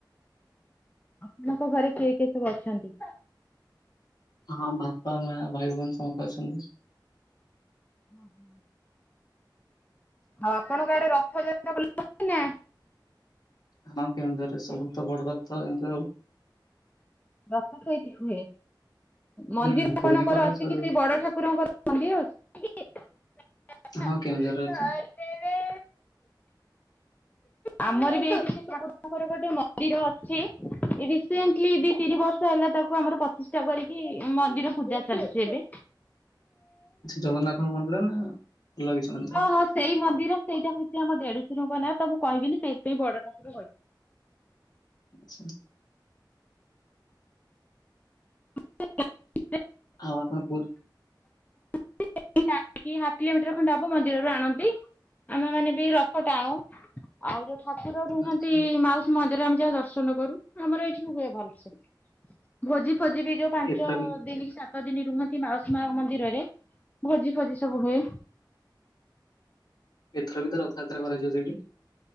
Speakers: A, on the left (about 20°); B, on the left (about 55°).
A: ଆପଣଙ୍କ ଘରେ କିଏ କିଏ ସବୁ ଅଛନ୍ତି?
B: ହଁ ବାପା ମା ଭାଇ ଭଉଣୀ ସମସ୍ତେ ଅଛନ୍ତି।
A: ଓ ହୋ <inaudible> ଆଉ ଆପଣଙ୍କ ଆଡେ ରଥଯାତ୍ରା ବୁଲା ହୁଏନା?
B: ହଁ କେଉଁଝରରେ ସବୁଠୁ ତ ବଡ ଯାତ୍ରା <inaudible>
A: ରଥ ସେଇଠି ହୁଏ ମନ୍ଦିର
B: ହୁଁ
A: ଆପଣଙ୍କର
B: ପୁରୀ ପରେ
A: ଅଛି
B: ସ-
A: କି ସେ ବଡ ଠାକୁରଙ୍କର କନ ଦିଅ ହଉଛି
B: ହଁ କେଉଁଝରରେ
A: <unintelligible>
B: ଅଛି।
A: ଖଟରେ ଆମର ବି ଏଇଠି <unintelligible> ଠାକୁର ଙ୍କ ରଗୋଟେ ମନ୍ଦିର ଅଛି। ରିସେଣ୍ଟଲି ଦି ତିନି ବର୍ଷ ହେଲା ତାକୁ ଆମର ପତିଷ୍ଠା କରିକି ମନ୍ଦିର ପୂଜା ଚାଲିଛି ଏବେ
B: ଜଗନ୍ନାଥ ମନ୍ଦିର ନା ଅଲଗା କିଛି ମନ୍ଦିର।
A: ଓହୋ ସେଇ ମନ୍ଦିର ସେଇଟା ହଉଛି ଆମ ଦେଢସୁର ନାଁ ତ ମୁଁ କହିବିନି, ସେଇଥିାଇଁ ବଡ ଠାକୁର କହି ଦେଲି।
B: ଆଛା।
A: <unintelligible>
B: ହ, ଆପଣ ପୁର୍
A: <unintelligible> ହ ହାଫ କିଲୋ ମିଟର ଖଣ୍ଡେ ହବ ମନ୍ଦିର ରୁ ଆଣନ୍ତି। ଆମେ ମାନେ ବି ରଥ ଟାଣୁ ଆଉ ଯୋଉ ଠାକୁର ରୁହନ୍ତି
B: ଆଚ୍ଛା
A: ମାଉସୀ ମନ୍ଦିର ଆମେ ଯାଉ ଦର୍ଶନ କରୁ, ଆମର ଏଇଠି ହୁଏ ଭଲସେ ଭୋଜି ଫୋଜି ବି ଯୋଉ ପାଞ୍ଚ
B: ଏଥର ବି
A: ଦିନି କି ସାତ ଦିନି ରୁହନ୍ତି ମାଉସୀ ମା ମନ୍ଦିରରେ ଭୋଜି ଫୋଜି ସବୁ ହୁଏ।
B: ଏଥର ବି ତ ରଥଯାତ୍ରା କରାଯିବ ସେଇଠି